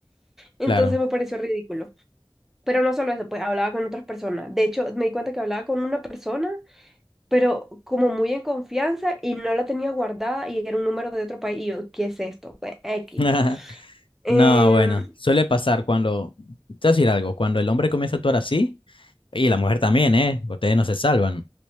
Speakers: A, in the centre; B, on the left.
A: Entonces
B: claro.
A: me pareció ridículo. Pero no solo eso, pues hablaba con otras personas. De hecho, me di cuenta que hablaba con una persona, pero como muy en confianza y no la tenía guardada y era un número de otro país. Y yo, ¿qué es esto? Pues X.
B: <laughs>
A: Em,
B: No, bueno, suele pasar cuando, te voy a decir algo, cuando el hombre comienza a actuar así, Y la mujer también, ¿eh? Ustedes no se salvan.